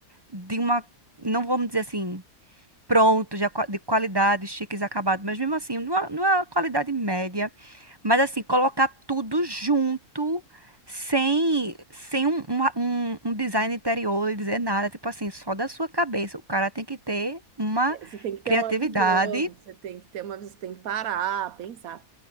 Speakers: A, on the right; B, on the right.
A: de uma, não vamos dizer assim, pronto, já qua- de qualidade, chiques, acabado, mas mesmo assim, numa, numa qualidade média, mas assim, colocar tudo junto. Sem, sem um, uma- um, um design interior e dizer nada, tipo assim, só da sua cabeça. O cara tem que ter uma
B: É, Você tem que ter
A: criatividade
B: uma visão, você tem que ter uma, visão, você tem que parar, pensar.